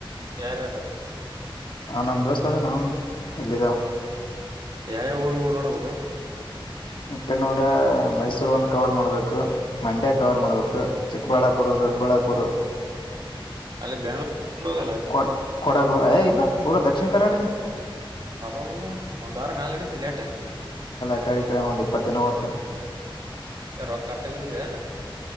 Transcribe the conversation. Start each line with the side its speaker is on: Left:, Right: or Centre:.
Right: ಯಾರ್ಯಾರ
Left: ಹ ನಮ್ ದೋಸ್ತ್ ಅದ ನಾನ್ ಇಲ್ಲಿದ್ದಾವ
Right: ಯಾವ್ಯಾವ ಊರು ನೋಡ್ಬೇಕ
Left: ಈ ಕಡೆ ನೋಡ್ರ ಮೈಸೂರ್ ಒಂದ್ ಕವರ್ ಮಾಡ್ಬೇಕು ಮಂಡ್ಯ ಕವರ್ ಮಾಡ್ಬೇಕು ಚಿಕ್ಕಬಳ್ಳಾಪುರ ದೊಡ್ಬಳ್ಳಾಪುರ
Right: ಅಲ್ಲಿೇ ಬೆಂಗೋರ್ಡಾಗಲ್ಲ
Left: ಕೊಡ ಕೊಡಗು ಯ ಇಲ್ಲ ಪೂರ್ ದಕ್ಷಿಣ ಕರ್ನಾಟಕನ
Right: ಹಬ ಒಂದ್ ವಾರ ಮ್ಯಾಲ ಇಡುತ್ತೆ ಲೇಟ್
Left: ಆಕಡೆ ಈಕಡೆ ಒಂದು ಇಪ್ಪತ್ತ ನವತ್ತು
Right: ರೊಕ್ ಅಷ್ಟು ಗಳಿಸಿದೆನು